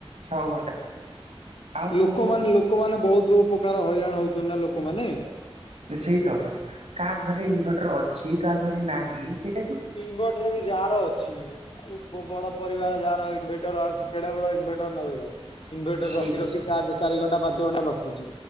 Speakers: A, on the right (about 85°); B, on the left (about 60°).
A: ଛଅ ଘଣ୍ଟା ଆଉ
B: ଲୋକମାନେ ଲୋକମାନେ ବହୁତୁ ପକାର ହଇରାଣ ହଉଚନ୍ ନା ଲୋକମାନେ।
A: ସେଇ ତ କାହା ଘରେ ଇନଭର୍ଟର ଅଛି କାହା ଘରେ ନାହିଁ ସେ
B: ଇନଭର୍ଟର ବି ଯାହାର ଅଛି ଉପ ବଡ ପରିବାର ଯାହାର ଇନ୍ ଭେଟର୍ ଆଉ କେଡେ ବଡ ଇନ୍ ଭେଟର୍ ନଗେଇବ। ଇନ୍ ଭେଟର୍
A: ସେଇ
B: ରଖି
A: କଥା।
B: ରଖି ଚାର୍ଜ ଚାରି ଘଣ୍ଟା ପାଞ୍ଚ ଘଣ୍ଟା ରଖୁଚି,